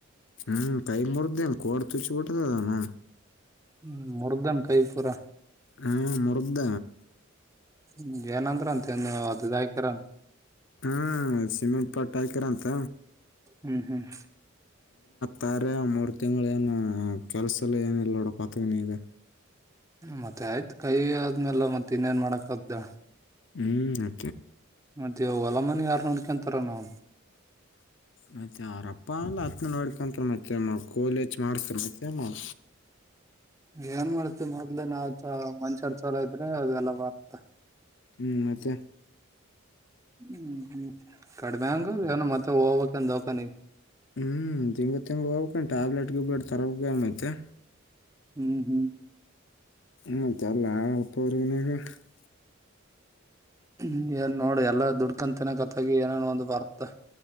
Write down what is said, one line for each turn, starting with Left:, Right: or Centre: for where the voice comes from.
Left: ಹ್ಮ್ ಕೈ ಮರ್ದೇನ ಕೋಡ್ ತುಚಿ ಬಿಟ್ಟದ ಅದಾನ
Right: ್ಮ ಮುರ್ಧನ್ ಕೈ ಪೂರ
Left: ಹಾ ಮುರುದದ
Right: ಹ್ಮ ಏನಂದ್ರ ಅಂತ ಏನ್ ಅದದ ಹಾಕರನ್
Left: ಹ್ಮ ಸಿಮೆಂಟ್ ಪಾಟ್ ಆಯಕರ್ ಅಂತ
Right: ಹ್ಮ್ ಹ್ಮ್
Left: ತಾರೆ ಮೂರ್ ತಿಂಗ್ ಏನು ಕೆಲ್ಸಲ್ಲ ಏನ ಇಲ್ಲ ನೋಡ ಪತಗನಿ ಇದೆ
Right: ಮತ್ತೆ ಆಯ್ತ್ು ಕೈ ಆದ್ಮೇಲೆ ಮತ್ತತ್ ಇನ್ನೇನ್ ಮಾಡಾಕ್ದ್ದ
Left: ಹ್ಮ್
Right: ಮತ್ತೆ ಹೊಲಮನೆ ಯಾರ್ ನೂಡ್ಕಂತಾರ ನಾವಂತ
Left: ಮತ್ತೆ ಅವರಪ್ಪ ಅಂದ ಹತ್ನ ನೋಡ್ ಕಕಂತ ಮತ್ತೆ ಮಾಡ ಕೋಲಜ ಮಾಡಸ್ತ ಮತ್ತೆ ಮಾಡ
Right: ಏನ್ ಮಾಡ್ತಿವಿ ಮೊದ್ಲೇ ನಾವ ಚ ಮನ್ಷರ್ ಚಲ ಇದ್ರೆ ಅದೆಲ್ಲ ಬಾರತ
Left: ಹ್ಮ ಮತ್ತೆ
Right: ಹ್ಮ್ ಹ್ಮ ಕಡಿಮೆ ಹಂಗ ಏನ ಮತ್ತೆ ಹೋಗ್ಬಕ್ನ್ ದವಾಖಾನೆ
Left: ಹ್ಮ್ ತಿಂಗ್ ತಿಂಗ್ಗಳು ಹೋಗ್ಬೇಕ ಟ್ಯಾಬ್ಲೆಟ್ ಗೂಬ್ಲೆಟ್ ತರಐತೆ
Right: ಹ್ಮ್ ಹ್ಮ್
Left: ಮತ್ತ ಅಲ್ಲ ಉಪನ <unintelligible>
Right: ಹ್ಮ ಏನ್ ನೋಡಿ ಎಲ್ಲ ದುಡ್ಕಂತನ ಕತ್ತಗಿ ಏನೇನ್ ಒಂದು ಬರ್ತೆ.